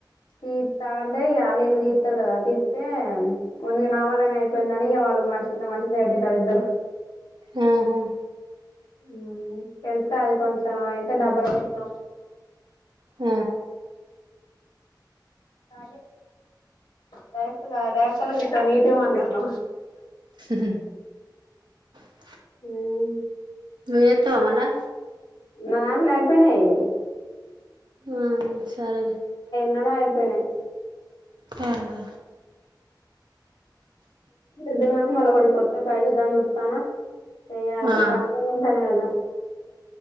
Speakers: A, on the left (about 85°); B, on the right (about 70°).
A: టీ తా అంటే ఇగ అళ్ళు ఇళ్ళు తీర్తారు కదా తీర్ ఏ మేముంద నా వల్లనే అయిపోయింది అని వాళ్ళు మనష కింద మనషింద పెట్తారుద్దారు
B: ఉమ్ హు
A: ఉమ్ పెడితే అది కొంచెం అయితే డబ్బుల పెట్నా
B: ఆ
A: కా డైరెక్ట్ డైరెక్ట్ గా నీట్ గా మాట్లాడుతున్న
B: ఉమ్ హు
A: ఉమ్
B: నువ్ చేతవా మల్లా
A: నా దాంట్లో అయిపోయినాయి
B: ఉమ్ సరేలే
A: నిన్ననే అయిపోయినాయి
B: ఆహా
A: ద్దిన కానీ మళ కూడా కొత్త ట్రై దా ఉతానా చేయ్యలే
B: ఆ
A: కాల్ చేయిలు గుంజుతానేయ్ కదా